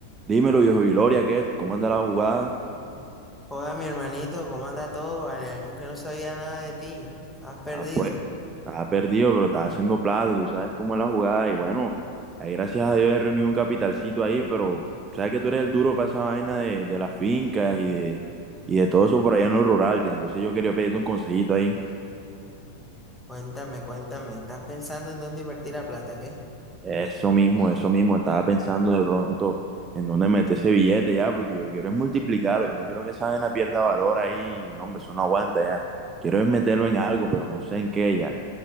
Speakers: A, on the right (about 20°); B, in the centre.
A: Dímelo, viejo Gloria, ¿qué? ¿Cómo anda la jugada?
B: Joda, mi hermanito, ¿cómo anda todo? Vale, años que no sabía nada de ti. ¿Has perdido?
A: Ah, pues, ha perdido, pero está haciendo plata, tú sabes cómo es la jugada. Y bueno, ahí gracias a Dios he reunido un capitalcito ahí, pero sabes que tú eres el duro para esa vaina de, de las fincas y de, y de todo eso por allá en lo rural, ya. Entonces yo quería pedirte un consejito ahí.
B: Cuéntame, cuéntame. ¿Estás pensando en dónde invertir la plata, qué?
A: Eso mismo, eso mismo, estaba pensando de pronto en dónde meter ese billete ya, porque yo quiero es multiplicarlo, yo no quiero que esa vaina pierda valor ahí, no, hombre, eso no aguanta ya. Quiero es meterlo en algo, pero no sé en qué ya.